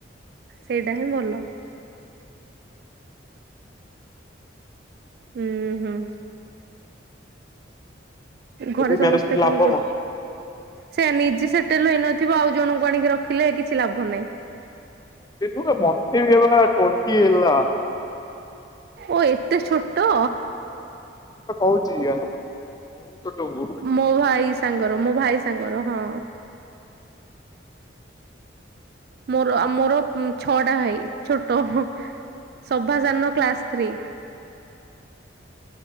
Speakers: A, on the right; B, on the left.
A: ସେଇଟା ହିଁ ଭଲ। ହୁଁ ହୁଁ
B: ଏବେ
A: ଘରେ
B: ମ୍ୟାରେଜ
A: ସମସ୍ତେ
B: କରି
A: କଣ
B: ଲାଭ
A: କରୁ ସେ ନିଜେ ସେଟେଲ ହେଇନଥିବ ଆଉ ଜଣଙ୍କୁ ଆଣିକି ରଖିଲେ କିଛି ଲାଭ ନାହିଁ।
B: ସେ ମୋତେ ବିଲା ଟୋଟିି ଏଲା।
A: ଓ ଏତେ ଛୋଟ।
B: ମୁଁ ତ କହୁଛି ଆଜ୍ଞା ଆ ବହୁତ
A: ମୋ ଭାଇ ସାଙ୍ଗର ମୋ ଭାଇ ସାଙ୍ଗର ହଁ। ମୋର ମୋର ଛଅ ଟା ଭାଇ ଛୋଟ ସଭା ସାନ କ୍ଲାସ ଥ୍ରୀ।